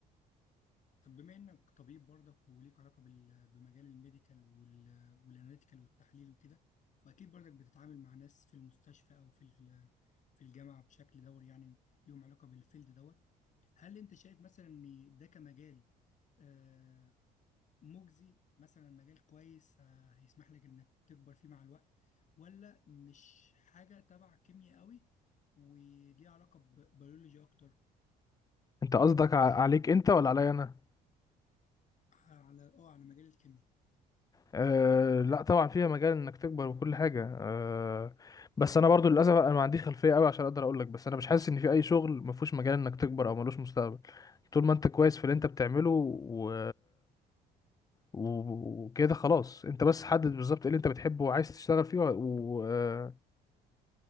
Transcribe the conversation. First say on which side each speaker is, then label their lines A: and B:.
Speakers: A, on the left; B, on the left.
A: طب بما انك طبيب برضك وليك علاقه بال- بمجال الميديكال وال- والاناليتيكال والتحليل وكده واكيد برضك بتتعامل مع ناس في المستشفى او في ال- في الجامعه بشكل دوري يعني ليهم علاقه بالفيلد دوت هل انت شايف مثلا ان ده كمجال آه، مجزي مثلا مجال كويس آه، هيسمح لك انك تكبر فيه مع الوقت ولا مش حاجه تبع كيمياء قوي وليه علاقه ببيولوجي اكتر
B: انت قصدك ع- عليك انت ولا عليا انا
A: آه، على اه على مجال الكيمياء
B: أه لا طبعا فيها مجال انك تكبر وكل حاجه أه بس انا برضو للاسف انا ما عنديش خلفيه قوي عشان اقدر اقول لك بس انا مش حاسس ان في اي شغل ما فيهوش مجال انك تكبر او ملوش مستقبل طول ما انت كويس في اللي انت بتعمله و... و- وكده خلاص انت بس حدد بالظبط ايه اللي انت بتحبه وعايز تشتغل فيه و... و... آه،